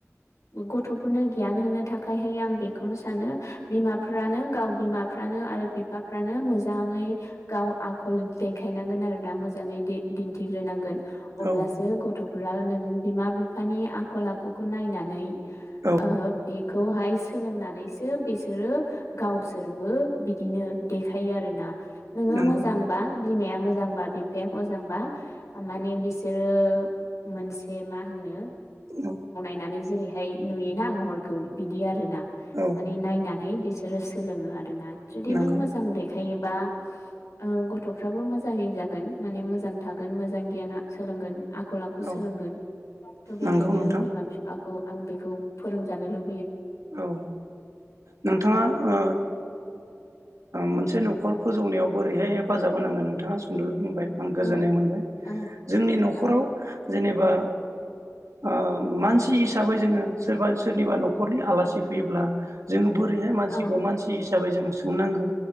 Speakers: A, on the left; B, on the right.
A: गथ'फोरनो गियान होनो थाखायहाय आं बेखौनो सानो बिमाफ्रानो गाव बिमाफ्रानो आरो बिफाफ्रानो मोजांङै गाव आखल देखायनांगोन आरोना मोजांङै दिन्थिग्रोनांगोन। अब्लासो
B: औ
A: गथ' <unintelligible> नों बिमा बिफानि आखल आखु खौ नायनानै
B: औ
A: ओ बेखौहाय सोलोंनानैसो बिसोरो गावसोरबो बिदिनो देखायो आरो ना नोंङो
B: नंगौ
A: मोजांबा बिमाया मोजांबा बिफाया मोजांबा माने बिसोरो मोनसे मा होनो
B: औ
A: नानै जेरैहाय नुयोना महर खौ बिदि आरोना
B: औ नंगौ औ
A: माने नायनानै बिसोरो सोलोंङो आरो ना जुदि
B: नंगौ
A: नों मोजां देखा योबा ओ गथ'फ्राबो मोजांङै जागोन माने मोजां थागोन मोजांआ गियाना सोलोंगोन। आखल आखु सोलोंगोन
B: औ
A: थ' बेखायनो
B: नंगौ नोंथां
A: बिफाखौ आं बेखौ फोरोंजानो लु
B: औ नोंथांङा
A: उम
B: ओ मोनसे न'खर फोजौनायाव बोरैहाय हेफाजाब होनांगोन नोंथांङा सुद' खुबुंबाय आं गोजोननाय
A: औ
B: मोनबाय
A: औ
B: जोंनि न'खराव
A: औ
B: जेनेबा ओ मानसि हिसाबै जोंङो सोरबा सोरनिबा न'खरनि आलासि फैयोब्ला जों बोरैहाय मानसिखौ
A: औ
B: मानसि हि हिसाबै जों सोंनांगौ